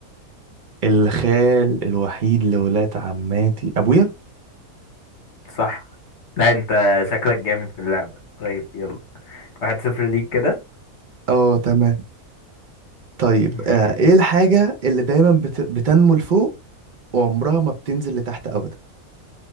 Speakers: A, on the right; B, on the left.
A: الخال الوحيد لولاد عماتي ابويا
B: صح لا انت شكلك جامد في اللعبة طيب يلا واحد صفر ليك كده
A: اه تمام طيب
B: ماشي
A: آه ايه الحاجة اللي دايما بت... بتنمو لفوق وعمرها ما بتنزل لتحت ابدا